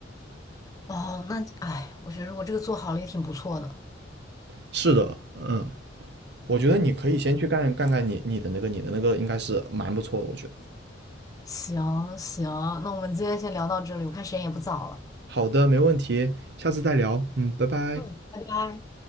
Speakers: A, on the left (about 20°); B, on the right (about 55°).
A: 哦，那哎，我觉得如果这个做好了也挺不错的。
B: 是的，嗯，我觉得你可以先去干干干你你的那个你的那个应该是蛮不错的，我觉得。
A: 行行，那我们今天先聊到这里，我看时间也不早了。
B: 好的，没问题，下次再聊，嗯，拜拜。
A: 嗯，拜拜。